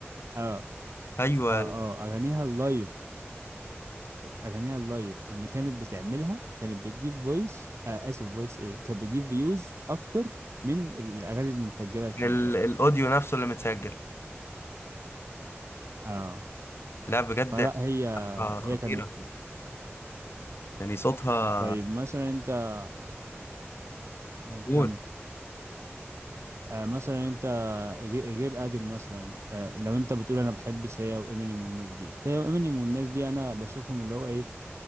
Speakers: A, on the right; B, on the left.
A: اه
B: ايوه
A: اه اه اغانيها اللايف اغانيها اللايف اللي كانت بتعملها كانت بتجيب فويس آه اسف فويس ايه كانت بتجيب فيوز اكتر من الاغاني المسجله الكليبات
B: ال- الاوديو نفسه اللي متسجل
A: اه
B: لا بجد
A: فلا هي
B: حفلة
A: هي
B: خطيره
A: كانت
B: يعني صوتها
A: طيب مثلا انت مم. آه،
B: قول
A: كمل آه مثلا انت غي- غير ادل مثلا آه، لو انت بتقول انا بحب سيا وامينيم والناس دي سيا وامينيم والناس دي انا بشوفهم اللي هو ايه